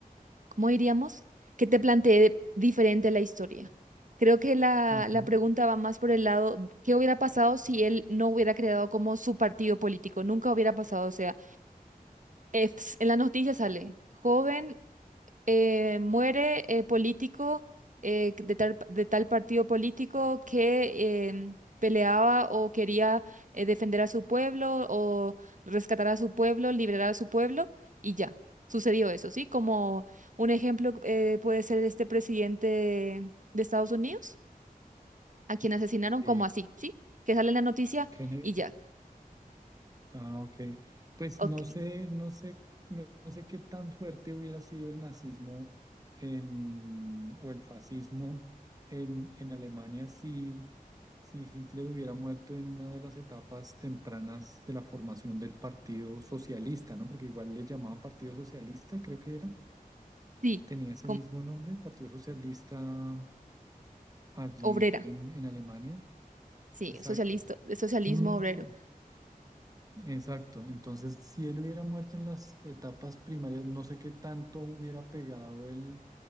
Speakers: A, on the right; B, on the right.
A: ¿cómo diríamos? Que te planteé diferente la historia. Creo que la,
B: Ujú,
A: la pregunta va más por el lado, ¿qué hubiera pasado si él no hubiera creado como su partido político? Nunca hubiera pasado, o sea, es- en la noticia sale, joven eh, muere eh, político eh, de tal, de tal partido político que em, peleaba o quería eh, defender a su pueblo o rescatar a su pueblo, liberar a su pueblo y ya. Sucedió eso, ¿sí? Como un ejemplo eh, puede ser este presidente de Estados Unidos, a quien asesinaron
B: sí.
A: como así, ¿sí? Que sale en la noticia
B: Kennedy
A: y ya.
B: Ah, ok. Pues
A: Ok,
B: no sé, no sé, no, no sé qué tan fuerte hubiera sido el nazismo en, o el fascismo en, en Alemania si, si Hitler hubiera muerto en una de las etapas tempranas de la formación del Partido Socialista, ¿no? Porque igual le llamaban Partido Socialista, creo que era.
A: sí,
B: Tenía ese
A: com-
B: mismo nombre, Partido Socialista allí
A: obrera,
B: en, en Alemania.
A: sí,
B: Exacto.
A: socialista, de socialismo
B: Mm,
A: obrero.
B: Exacto. Entonces, si él hubiera muerto en las etapas primarias, no sé qué tanto hubiera pegado el,